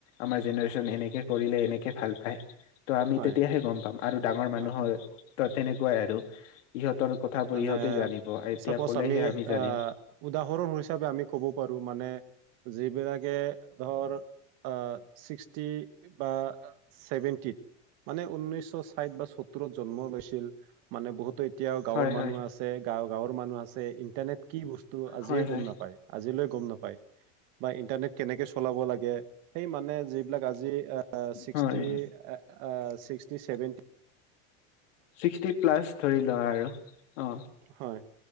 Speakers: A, on the left; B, on the right.
A: আমাৰ জেনেৰেশ্যন এনেকে কৰিলে এনেকে ভাল পায়। তো আমি
B: হয়
A: তেতিয়া হে গ'ম পাম। আৰু ডাঙৰ মানুহৰ
B: হয়
A: তেনেকুৱাই আৰু। ইহঁতৰ কথাবোৰ
B: মানে
A: ইহঁতে জানিব, আৰু এতিয়া
B: চাপ'জ
A: কলেহে আমি জানিম।
B: আহ উদাহৰণ হিচাপে আমি ক'ব পাৰোঁ। মানে যিবিলাকে ধৰ অ' ছিক্সটি বা। ছেভেণ্টিট, মানে উন্নৈশ ছাইড বা সত্তৰত জন্ম লৈছিল মানে, বহুতৰ এতিয়া গাঁৱৰ
A: হয়
B: মানুহ
A: হয়
B: আছে, গাঁ গাঁৱৰ মানুহ আছে ইণ্টাৰনেট কি বস্তু আজিয়ে
A: হয়
B: গ'ম
A: হয়
B: নাপায়। আজিলৈ গ'ম নাপায়। বা ইন্টাৰনেট কেনেকে চলাব লাগে সেই মানে যিবিলাক আজি আ ছিক্সটি
A: হয়
B: অ' অ' চিক্সটি চেভেণ্টি
A: ছিক্সটি প্লাচ ধৰি লোৱা আৰু। অ
B: হয়,